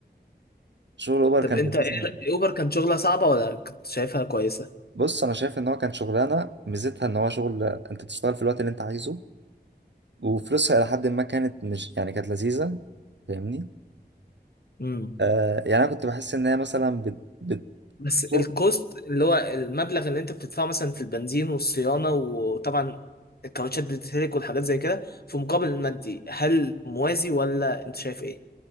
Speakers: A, on the right; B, on the left.
A: شغل اوبر
B: طب
A: كان
B: أنت
A: لذيذ
B: إيه
A: أوي.
B: إيه أوبر كان شغلها صعبة ولا كنت شايفها كويسة؟
A: بص انا شايف ان هو كان شغلانة ميزتها ان هو شغل انت بتشتغل في الوقت اللي انت عايزه وفلوسها الى حد ما كانت مش يعني كانت لذيذة فاهمني
B: امم
A: آه يعني انا كنت بحس ان هي مثلا بت...
B: بس
A: بت...
B: الكوست اللي هو المبلغ اللي انت بتدفعه مثلا في البنزين والصيانة وطبعا الكاوتشات بتتهلك والحاجات زي كده في مقابل المادي هل موازي ولا انت شايف ايه؟